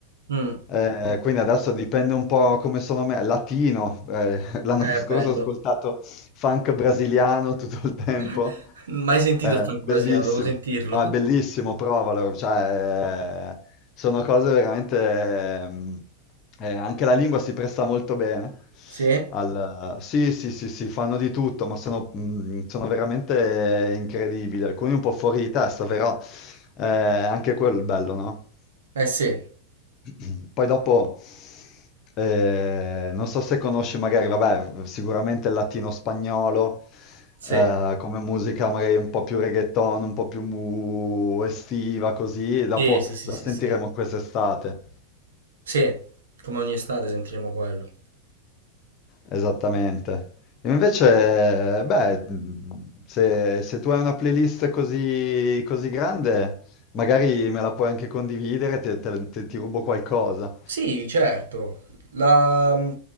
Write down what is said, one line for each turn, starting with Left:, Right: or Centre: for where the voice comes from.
Right: Mm,
Left: Eh, quindi adesso dipende un po' come sono me, latino, eh, <laughs> l'anno
Right: è
Left: scorso
Right: bello.
Left: ho ascoltato funk brasiliano tutto il tempo.
Right: <laughs> Mai sentito
Left: Eh,
Right: il franco
Left: bellissimo,
Right: brasiliano, devo sentirlo.
Left: no, è bellissimo, provalo, cioè, eh, sono cose veramente, ehm, eh, anche la lingua si presta molto bene,
Right: Sì?
Left: al, sì, sì, sì, sì, fanno di tutto, ma sono, mm, sono veramente eh, incredibili, alcuni un po' fuori di testa, però eh, anche quello è il bello, no?
Right: Eh sì,
Left: <clears throat> Poi dopo, eh, non so se conosci magari, vabbè, sicuramente il latino-spagnolo,
Right: sì.
Left: eh, come musica magari un po' più reggaeton, un po' più mu- estiva, così, e dopo
Right: Sì, sì, sì,
Left: la
Right: sì,
Left: sentiremo
Right: sì.
Left: quest'estate.
Right: Sì, come ogni estate sentiremo quello.
Left: Esattamente. E invece, beh, se, se tu hai una playlist così, così grande, magari me la puoi anche condividere, te- te- te- ti rubo qualcosa.
Right: Sì, certo. La... mm,